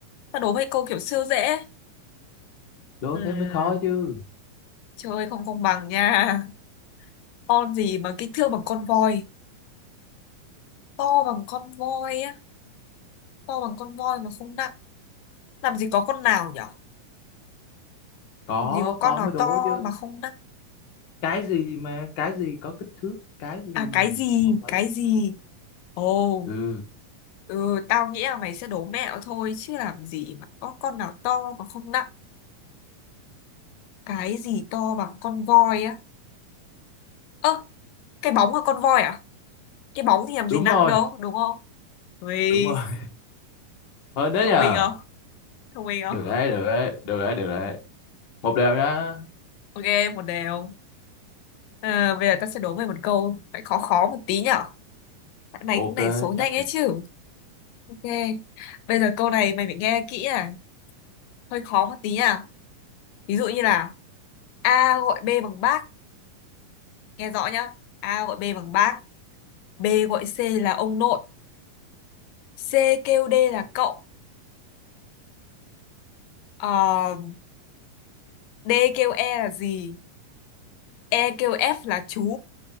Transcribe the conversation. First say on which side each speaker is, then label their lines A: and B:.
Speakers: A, on the left; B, on the left.
A: tao đố mày câu kiểu siêu dễ
B: đố
A: ừ
B: thế mới khó chứ
A: chơi không công bằng nha con gì mà kích thước bằng con voi to bằng con voi á to bằng con voi mà không nặng làm gì có con nào nhở
B: có
A: làm gì có con
B: có
A: nào
B: mới đố
A: to
B: chứ
A: mà không nặng
B: cái gì mà cái gì có kích thước cái gì
A: à cái gì
B: chứ không phải
A: cái
B: là
A: gì ồ
B: ừ
A: ừ tao nghĩ là mày sẽ đố mẹo thôi chứ làm gì mà có con nào to mà không nặng cái gì to bằng con voi á ơ cái bóng là con voi à cái bóng thì làm gì
B: đúng
A: nặng
B: rồi
A: đâu đúng không Ui,
B: đúng rồi <laughs> hơn đấy
A: thông
B: nhờ
A: minh không thông minh không
B: được đấy được đấy được đấy được đấy một đều nhá
A: ok một đều à, bây giờ tao sẽ đố mày một câu phải khó khó một tí nhở tại mày
B: ok
A: cũng đẩy số
B: chấp
A: nhanh ấy
B: nhận
A: chứ ok Bây giờ câu này mày phải nghe kỹ à hơi khó một tí nha ví dụ như là A gọi B bằng bác nghe rõ nhá A gọi B bằng bác B gọi C là ông nội C kêu D là cậu ờ, D kêu E là gì E kêu F là chú